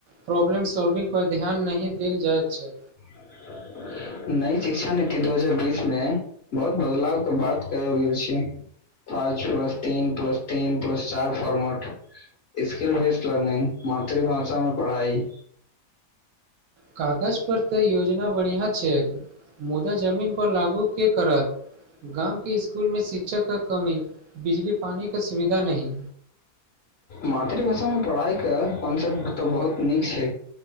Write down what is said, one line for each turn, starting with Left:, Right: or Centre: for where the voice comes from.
Right: problem solving पर ध्यान नहि देल जायत छै
Left: <inaudible> नइ शिक्षा नीति दू हजार बीस मे बहुत बदलाव के बात कयल गेल छै पाँच प्लस तीन प्लस तीन प्लस चार फॉर्मट स्किल बेस् लर्निंग मातृभाषामे पढ़ाई
Right: कागज पर तऽ योजना बढिया छै मुदा जमीन पर लागू के करत गाम स्कूलमे शिक्षक क कमी बिजली पानी क सुविधा नहि
Left: मातृभाषामे पढ़ाइके कॉन्सेप्ट तऽ बहुत नीक छै